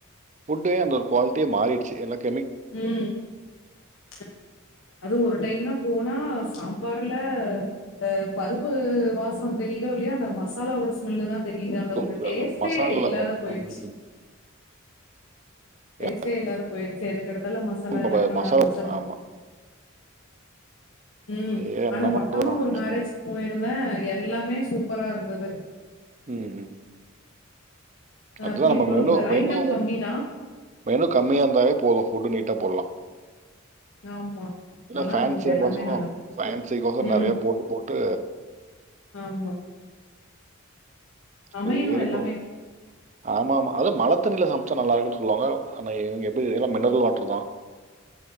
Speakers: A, on the right; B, on the left.
A: ஃபுட்டு அந்த குவாலிட்டியே மாறிடுச்சு எனக்
B: ம் ஆமா அது ஒரு டைம்மு போனா சாம்பார்ல அ பருப்பு வாசோ தெரிதோ இல்லையா அந்த மசாலாவோட ஸ்மெல்லு தா தெரியுது அந்த
A: தூக்குறாங்க
B: டேஸ்ட்டே
A: மசாலா
B: இல்லாத போயிடுச்சு
A: ம்.
B: டேஸ்டே
A: ஏன்
B: இல்லாதப் போயிடுச்சு அதுக் கெடுதலா மசாலா
A: நம்ம
B: ஆட்
A: ப-
B: பண்ண
A: மசாலா
B: ஆரம்பிச்சறாங்க
A: ஆமா
B: ம்
A: ஏ என்ன
B: ஆனா
A: பண்ணிட்டு
B: பக்கமா
A: வரோம்
B: ஒரு மேரேஜ்
A: அதான்.
B: போயிருந்தே எல்லாமே சூப்பரா இருந்தது
A: உம் உம்
B: அ
A: அதுதா
B: புளிக்கொழம்பு
A: நம்ம மெனு. மெனு
B: ஐட்டம் கம்மி தா
A: மெனு கம்மியா இருந்தாவே போது ஃபுட்டு நீட்டா போடலா
B: ஆமா
A: இல்ல‌
B: நல்லா
A: ஃபேன்சிக்கொசரோ
B: இருந்தது எல்லாமே நல்லா
A: ஃபேன்சிக்கொசரோ
B: இரு ம்
A: நிறைய போட்டு போட்டு
B: ஆமா அமையனு
A: சரி
B: எல்லாமே
A: ப்ரோ ஆமா ஆமா அது மழத்தண்ணியில சமைச்சா நல்லா இருக்குன்னு சொல்லுவாங்க. ஆனா இவங்க எப்படின்னா மினரல் வாட்டர் தான்